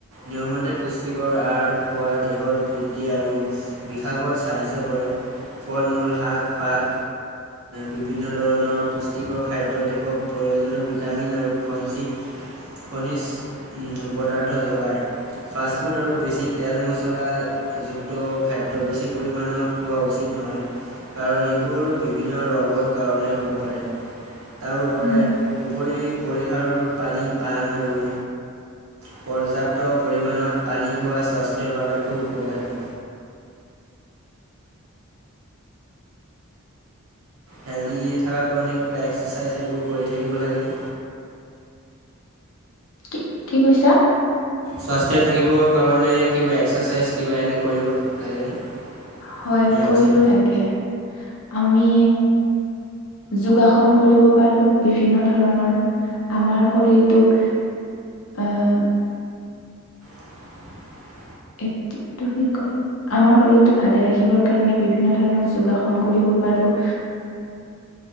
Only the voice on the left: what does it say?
উম
কি কি কৈছা?
হয় কৰিব
লাগে, আমি যোগাসন কৰিব পাৰো বিভিন্ন ধৰণৰ আমাৰ শৰীৰটোক অহ
এক্টিভটোক কি কয় আমাৰ শৰীৰটো ভালে ৰাখিবৰ কাৰণে বিভিন্ন ধৰণৰ যোগাসন কৰিব পাৰো।